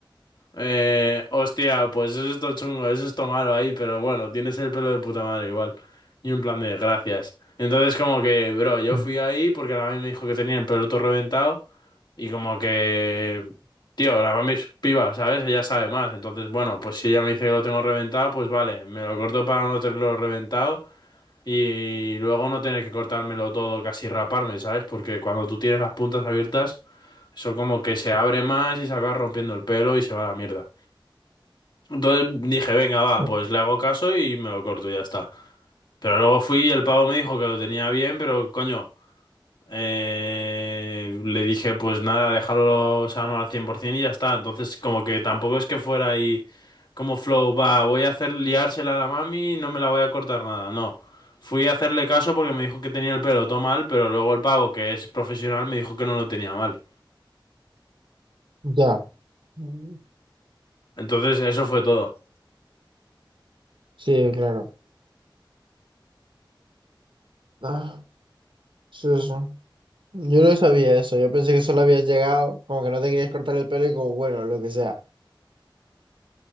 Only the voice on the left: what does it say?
Eh, hostia, pues eso es todo chungo, eso es todo malo ahí, pero bueno, tienes el pelo de puta madre igual. Y un plan de gracias. Entonces como que, bro, yo
fui ahí porque la mami me dijo que tenía el pelo todo reventado y como que, tío, la mami es piba, ¿sabes? Ella sabe más. Entonces, bueno, pues si ella me dice que lo tengo reventado, pues vale, me lo corto para no tenerlo reventado y luego no tener que cortármelo todo, casi raparme, ¿sabes? Porque cuando tú tienes las puntas abiertas, eso como que se abre más y se acaba rompiendo el pelo y se va a la mierda. Entonces dije, venga, va,
pues le hago caso y me lo corto y ya está. Pero luego fui y el pavo me dijo que lo tenía bien, pero coño, eh, le dije, pues nada, déjalo sano al 100% y ya está. Entonces como que tampoco es que fuera ahí como flow, va, voy a hacer liársela a la mami y no me la voy a cortar nada, no. Fui a hacerle caso porque me dijo que tenía el pelo todo mal, pero luego el pavo, que es profesional, me dijo que no lo tenía mal.
Entonces eso fue todo.